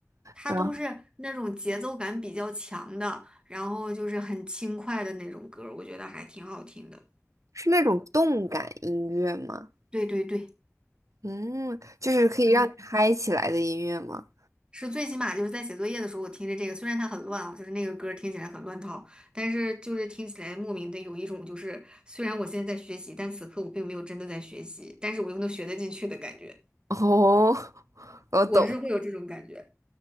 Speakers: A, on the right; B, on the right.
A: 他都是那种节奏感比较强的，
B: 然后
A: 然后就是很轻快的那种歌儿我觉得还挺好听的。
B: 是那种动感音乐吗？
A: 对对对，
B: 嗯，就是可以让你嗨起来的音乐吗？
A: 嗯，是最起码就是在写作业的时候，我听着这个，虽然它很乱啊，就是那个歌儿听起来很乱套，但是就是听起来莫名的有一种就是，虽然我现在在学习，但此刻我并没有真的在学习，但是我又能学得进去的感觉，
B: 哦，<laughs> 我懂
A: 我是会有这种感觉。